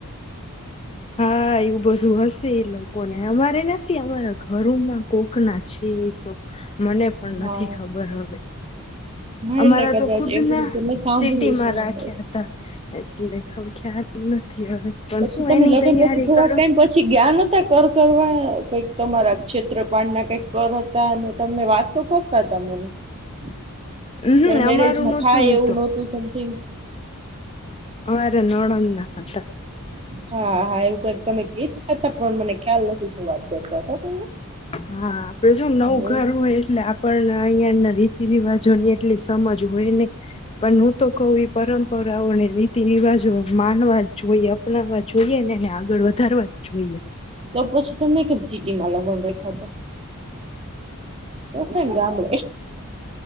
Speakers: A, on the left; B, on the right.
A: હા એવું બધું હશે એ લોકોને અમારે નથી અમારા ઘરોમાં કોકના છે એ તો મને પણ
B: હા
A: નથી ખબર હવે
B: હા
A: અમારા
B: એટલે કદાચ
A: તો ખુદના
B: એવી રીતે મેં સાંભળ્યું
A: સિટીમાં રાખ્યા
B: છે
A: હતા એટલેખખ હવે પણ
B: પછી
A: શું
B: તમે
A: એની
B: પછી
A: તૈયારી
B: થોડાક
A: કરો
B: ટાઈમ પછી જ્ઞાન હતા કર કરવા કઈક. તમારા ક્ષેત્રપળ ના કઈક કર હતા અને તમે વાત તો કરતા હતા મને. <inaudible>
A: હમ
B: ત્યારે મેરેજ
A: અમારું
B: ના
A: નહોતું
B: થાય
A: એ
B: એવું
A: તો
B: નહોતું સમથિંગ.
A: હ ર નોડ ના
B: હા હા એવું કઈક તમે કતા હતા પણ મને ખ્યાલ નથી શું વાત કરતા. તમે
A: હા આપડે શું નવું
B: હમ.
A: ઘર હોય એટલે આપણ અહં ના રીતિ રિવાજો ની એટલી સમજ હોય નને, પણ હું તો કઉ પરંપરાઓને રીતિ રિવાજો માનવા જ જોઈએ અપનાવવા જોઈએ ને એને આગળ વધારવા જ જોઈએ.
B: તો પછી તમે કબ સિટીમાં લોગોન રખા હતા? ઓછ ને ગામડ